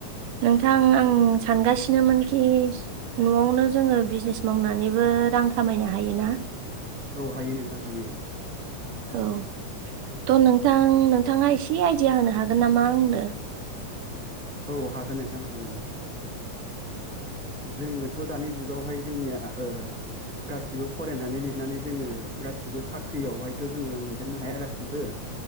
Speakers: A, on the right; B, in the centre.
A: नोंथां आं सानगासिनोमोनखि न'आवनो जोङो बिजनेस मावनानैबो रां खामायनो हायोना।
B: औ हायो नोंथां हायो।
A: औ। थ' नोंथां नोंथाङा एसे आइडिया होनो हागोन नामा आंनो?
B: औ हागोन नोंथां हागोन। जोङोथ' दानि जुगावहाय जोंनिया ओ गासिबो फरायनानै लिरनानै जोङो गासिबो साख्रियावहायथ' जोङो मोनजोबनो हाया गासिबो